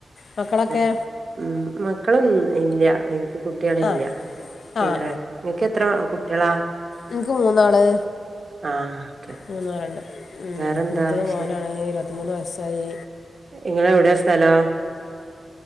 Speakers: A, on the left (about 80°); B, on the right (about 45°).
A: മക്കളൊക്കെ
B: മ് മക്കളൊന്നും ഇല്ല്യാ എനിക്ക് കു കുട്ട്യാളില്ല
A: ആഹ് ആഹ്
B: ഇല്ലറാ നിക്ക് എത്ര കുട്ട്യാളാ?
A: ഇൻക്ക് മൂന്നാള്.
B: ആ ഓക്കെ
A: മൂന്നുപേര്ണ്ട് ഉം
B: വേറെന്താ
A: മൂത്തത് മോനാണ്
B: ശേ
A: ഇരുപത്തിമൂന്ന് വയസ്സായി.
B: ഇങ്ങെളേ എവടെ സ്ഥലം?